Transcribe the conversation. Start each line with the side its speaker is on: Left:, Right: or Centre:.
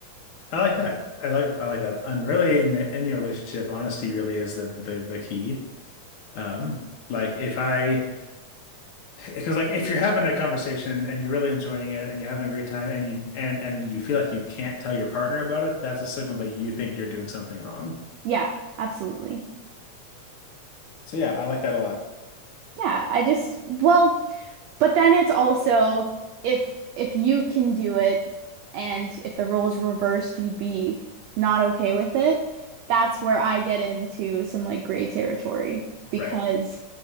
Left: I like that. I like I like that. And really, in any relationship, honesty really is the the the key. Um, like if I, because like if you're having a conversation and you're really enjoying it and you're having a great time and you and and then you feel like you can't tell your partner about it, that's a signal that you think you're doing something wrong.
Right: Yeah, absolutely.
Left: So yeah, I like that a lot.
Right: Yeah, I just well, But then it's also if if you can do it and if the roles reversed, you'd be not okay with it. That's where I get into some like gray territory because
Left: Right.